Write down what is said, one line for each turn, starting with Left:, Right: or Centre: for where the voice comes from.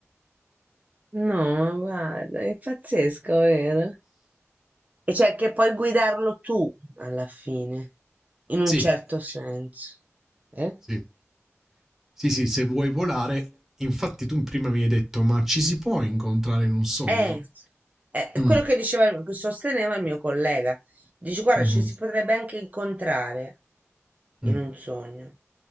Right: No, ma guarda, è pazzesco, vero? E cioè che puoi guidarlo tu alla fine, in un
Centre: Sì,
Right: certo senso. Eh?
Centre: sì. Sì, sì, se vuoi volare, infatti tu prima mi hai detto, ma ci si può incontrare in un sogno?
Right: Eh, è
Centre: Mm,
Right: quello che diceva, il- che sosteneva il mio collega. Dice, guarda,
Centre: mhm,
Right: ci si potrebbe anche incontrare in
Centre: mm.
Right: un sogno.